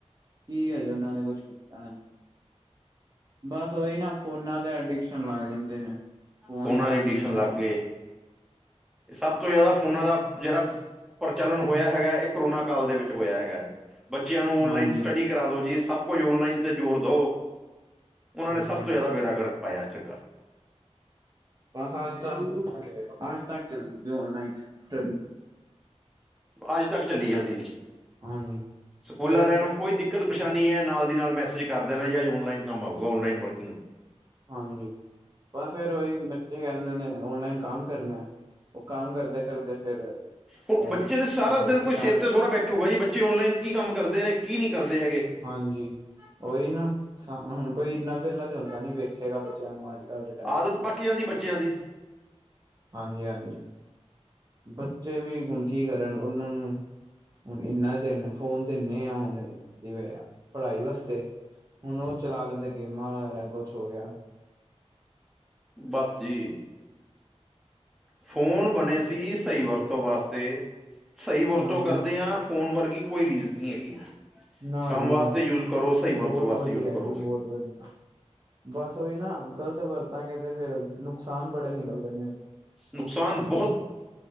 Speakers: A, on the right; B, in the centre.
A: ਕੀ ਹਜੇ, ਉਹਨਾਂ ਨੇ ਕੁਛ ਕੀਤਾ ਬਸ ਓਹੀ ਨਾ, ਫੋਨਾਂ ਦੇ ਅਡਿਕਸ਼ਨ ਲੱਗ ਜਾਂਦੇ ਨੇ ਫੋਨ
B: ਫੋਨਾਂ
A: ਸਾਰਾ
B: ਦੇ ਐਡੀਸ਼ਨ
A: ਦਿਨ ਚਲਾ
B: ਲੱਗ ਗਏ ਸਭ ਤੋਂ ਜ਼ਿਆਦਾ ਫੋਨਾਂ ਦਾ ਜਿਹੜਾ, ਪ੍ਰਚਲਨ ਹੋਇਆ ਹੈਗਾ ਇਹ ਕਰੋਨਾ ਕਾਲ ਦੇ ਵਿੱਚ ਹੋਇਆ ਹੈਗਾ ਹੈ ਬੱਚਿਆਂ ਨੂੰ ਓਨਲਾਈਨ
A: ਹਾਂਜੀ
B: ਸਟੱਡੀ ਕਰਾ ਦੋ ਜੀ, ਸਭ ਕੁਝ ਓਨਲਾਈਨ ਤੇ ਜੋਰ ਦੋ ਉਹਨਾਂ
A: ਹਾਂਜੀ
B: ਨੇ ਸਭ ਤੋਂ ਜ਼ਿਆਦਾ ਬੇਰਾਗਰਕ ਪਾਇਆ ਚੰਗਾ
A: ਬਸ ਅਜ ਤੱਕ, ਅਜ ਤੱਕ ਚੱਲਦੀ ਔਨਲਾਈਨ ਸਟੱਡੀ
B: ਅੱਜ ਤੱਕ ਚੱਲੀ ਜਾਂਦੀ,
A: ਹਾਂਜੀ
B: ਸਕੂਲਾਂ
A: ਫਿਰ
B: ਵਾਲਿਆਂ ਨੂੰ ਕੋਈ ਦਿੱ ਦਿੱਕਤ ਪਰੇਸ਼ਾਨੀ ਹੈ ਨਾਲ ਦੀ ਨਾਲ ਮੈਸੇਜ ਕਰ ਦੇਣਾ ਜ ਅਜ ਔਨਲਾਈਨ ਕੰਮ ਆਊਗਾ ਔਨਲਾਈਨ ਵਰਕਿੰਗ
A: ਹਾਂਜੀ ਵ ਫਿਰ ਉਹੀ ਬੱਚੇ ਕਹਿੰਦੇ ਨੇ ਔਨਲਾਈਨ ਕੰਮ ਕਰਨਾ, ਉਹ ਕੰਮ ਕਰਦੇ -ਕਰਦੇ ਫਿਰ
B: ਹੁਣ
A: ਫੋਨ
B: ਬੱਚੇ ਦੇ ਸਾਰਾ
A: ਹੋਰ
B: ਦਿਨ
A: ਚੀਜ਼ਾਂ
B: ਕੋਈ ਸਿਰ ਤੇ ਥੋਹਰਾ ਬੈਠ ਠੂਗਾ ਜੀ ਬੱਚੇ ਔਨਲਾਈਨ ਕੀ ਕੰਮ ਕਰਦੇ ਨੇ, ਕੀ ਨਈਂ ਕਰਦੇ ਹੈਗੇ।
A: ਹਾਂਜੀ ਉਹੀ ਨਾ, ਹੁਣ ਕੋਈ ਇੰਨਾ ਵੇਲਾ ਚ ਹੁੰਦਾ ਨੀ ਵੇਖੇਗਾ ਬੱਚਿਆਂ ਨੂੰ ਅੱਜ ਕੱਲ ਦੇ ਟਾਈਮ
B: ਆਦਤ
A: ਤੇ
B: ਪਕੱ ਜਾਂਦੀ ਬੱਚਿਆਂ ਦੀ।
A: ਹਾਂਜੀ ਹਾਂਜੀ। ਬੱਚੇ ਵੀ ਹੁਣ ਕੀ ਕਰਨ ਉਹਨਾਂ ਨੂੰ ਹੁਣ ਇੰਨਾ ਦਿਨ ਫੋਨ ਦਿਨੇਂ ਆ ਹੁਣ ਜਿਵੇਂ ਪੜ੍ਹਾਈ ਵਾਸਤੇ, ਹੁਣ ਉਹ ਚਲਾ ਲੈਂਦੇ ਗੇਮਾਂ ਵਗੈਰਾ ਕੁਛ ਹੋ ਗਿਆ
B: ਬਸ ਜੀ। ਫੋਨ ਬਣੇ ਸੀ ਸਹੀ ਵਰਤੋਂ ਵਾਸਤੇ, ਸਹੀ ਵਰਤੋਂ
A: ਹਾਂਜੀ
B: ਕਰਦੇ ਆਂ। ਫੋਨ ਵਰਗੀ ਕੋਈ ਰੀਜ਼ ਨਈਂ ਹੈਗੀ।
A: ਨਾ
B: ਕੰਮ
A: ਜੀ
B: ਵਾਸਤੇ
A: ਨਾ,
B: ਯੂਜ਼ ਕਰੋ ਸਹੀ
A: ਬਹੁਤ
B: ਵਰਤੋਂ ਵਾਸਤੇ
A: ਵਧੀਆ
B: ਯੂਜ਼ ਕਰੋ
A: ਜੀ ਬਹੁਤ ਵਧੀਆ। ਬਸ ਉਹੀ ਨਾ ਗ਼ਲਤ ਵਰਤਾਂਗੇ ਤੇ ਫੇਰ ਨੁਕਸਾਨ ਬੜੇ ਨਿਕਲਦੇ ਨੇ ਇਹਦੇ
B: ਨੁਕਸਾਨ ਬਹੁਤ